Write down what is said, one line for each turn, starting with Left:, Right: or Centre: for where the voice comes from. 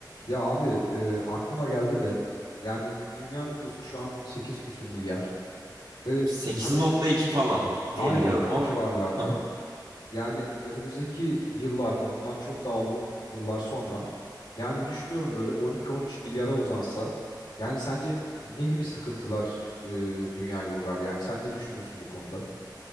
Left: Ya abi e, aklıma geldi de yani dünya nüfusu şu an 8 küsür milyar. Ve
Right: 8.2
Left: hani
Right: falan diye
Left: aynen
Right: biliyorum
Left: o
Right: ama.
Left: civarlarda
Right: Hı hı.
Left: yani önümüzdeki yıllarda bundan çok daha uzun yıllar sonra yani bir düşünüyorum böyle on iki on üç milyara uzansa yani sence ne gibi sıkıntılar e, dünyaya uğrar? Yani sen ne düşünüyorsun bu konuda?